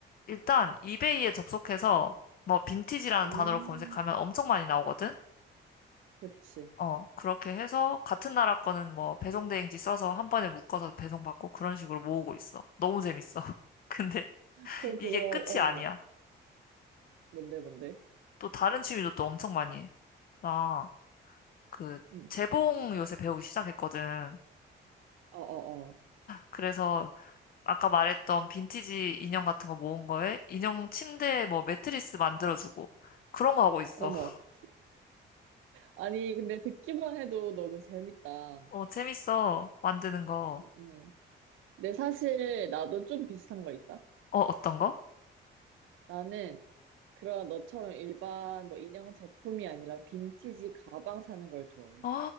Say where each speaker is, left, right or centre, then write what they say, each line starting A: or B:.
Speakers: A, on the left; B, on the right.
A: 일단, 이베이에 접속해서,
B: 음.
A: 뭐, 빈티지라는
B: 음.
A: 단어로 검색하면 엄청 많이 나오거든?
B: 그치.
A: 어, 그렇게 해서 같은 나라 거는 뭐 배송 대행지 써서 한 번에 묶어서 배송받고 그런 식으로 모으고 있어. 너무 재밌어. <laughs> 근데
B: 그럼 그거,
A: 이게 끝이
B: 어,
A: 아니야.
B: 뭔데, 뭔데?
A: 또 다른 취미도 또 엄청 많이 해. 나 그
B: 음.
A: 재봉 요새 배우기 시작했거든.
B: 어어어.
A: 그래서 아까 말했던 빈티지 인형 같은 거 모은 거에 인형 침대 뭐 매트리스 만들어주고 그런 거 하고 있어.
B: 어머.
A: <laughs>
B: 아니, 근데 듣기만 해도 너무 재밌다.
A: 어, 재밌어. 만드는 거.
B: 음. 음. 근데 사실 나도 좀 비슷한 거 있다.
A: 어, 어떤 거?
B: 나는 그런 너처럼 일반 뭐 인형 제품이 아니라 빈티지 가방 사는 걸 좋아해.
A: <gasps> 어,